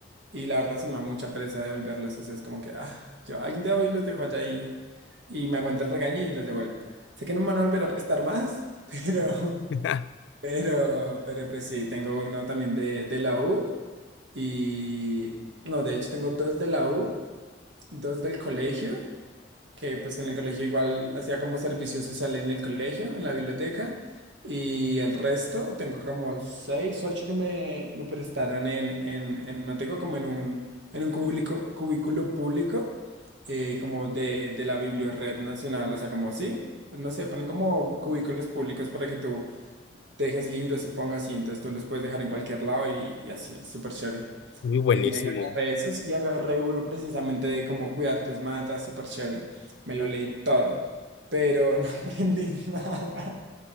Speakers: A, on the right (about 70°); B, on the left (about 65°).
A: y la verdad sí me da mucha pereza devolverlos, eso es como que, ah, yo algún día voy y los dejo allá y, y me aguanta el regaño y los devuelvo. Sé que no me van a volver a prestar más, <laughs> pero...
B: <laughs>
A: Pero, pero pues sí, tengo uno también de, de la U y no, de hecho tengo dos de la U, dos del colegio, que pues en el colegio igual hacía como servicio social en el colegio, en la biblioteca, y el resto tengo como seis, ocho que me, me prestaron en, en, en, no tengo como en un, en un cúbico- cubículo público, eh, como de, de la Bibliored Nacional, o sea, como sí, no sé, ponen como cubículos públicos para que tú dejes libros y pongas y entonces tú los puedes dejar en cualquier lado y, y así, súper chévere.
B: Muy buenísimo.
A: Y de ahí agarré esos y agarré uno precisamente de cómo cuidar tus matas, súper chévere. Me lo leí todo, pero no <laughs> aprendí nada.